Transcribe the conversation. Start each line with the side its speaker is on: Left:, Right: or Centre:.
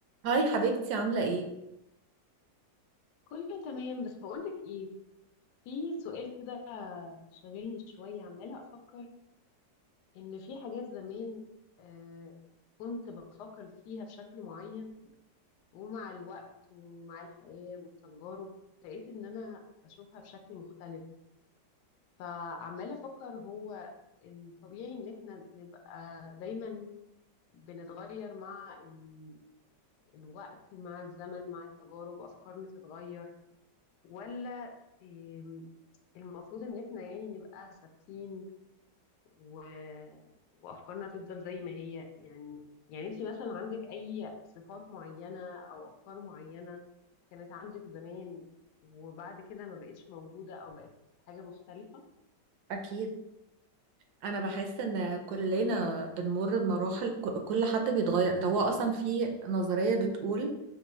Right: هاي حبيبتي عاملة ايه؟
Left: كله تمام بس بقولك ايه في سؤال كده شاغلني شوية عمالة أفكر إن في حاجات زمان آه كنت بفكر فيها بشكل معين ومع الوقت ومع الحياة والتجارب لقيت إن أنا بشوفها بشكل مختلف فعمالة أفكر هو الطبيعي إن إحنا نبقى دايما بنتغير مع ال- الوقت مع الزمن مع التجارب أفكارنا تتغير ولا إم، المفروض ان احنا يعني نبقى ثابتين و... وافكارنا تفضل زي ما هي يعني يعني انت مثلا عندك اي صفات معينة او افكار معينة كانت عندك زمان وبعد كده ما بقتش موجودة او بقت حاجة مختلفة
Right: أكيد أنا بحس إن كلنا بنمر بمراحل ك- كل حد بيتغير ده هو أصلا في نظرية بتقول